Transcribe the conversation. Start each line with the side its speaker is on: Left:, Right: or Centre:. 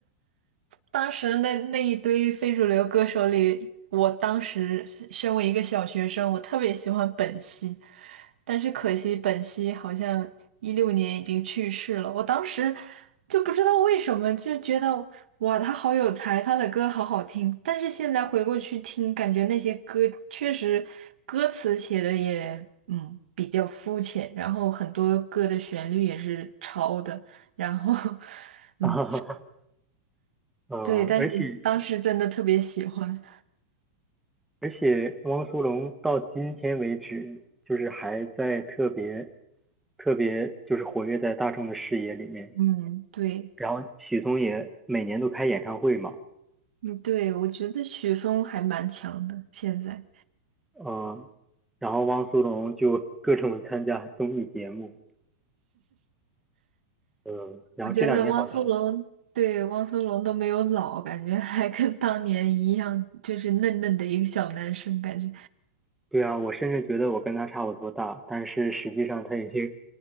Right: 当时那那一堆非主流歌手里，我当时身为一个小学生，我特别喜欢本兮，但是可惜本兮好像一六年已经去世了。我当时就不知道为什么，就觉得哇，他好有才，他的歌好好听。但是现在回过去听，感觉那些歌确实歌词写的也嗯比较肤浅，然后很多歌的旋律也是抄的，然后 <laughs>
Centre: <laughs>
Right: 嗯。
Centre: 哈哈嗯，
Right: 对，但是当时真的特别喜欢。
Centre: 而且而且汪苏泷到今天为止，就是还在特别特别就是活跃在大众的视野里面。
Right: 嗯，对，
Centre: 然后许嵩也每年都开演唱会嘛，
Right: 嗯，对，我觉得许嵩还蛮强的。现在
Centre: 嗯，然后汪苏泷就各种参加综艺节目，嗯，然后这两年好像
Right: 我觉得汪苏泷，对，汪苏泷都没有老，感觉还跟当年一样，就是嫩嫩的一个小男生，感觉，
Centre: 对啊，我甚至觉得我跟他差不多大，但是实际上他已经，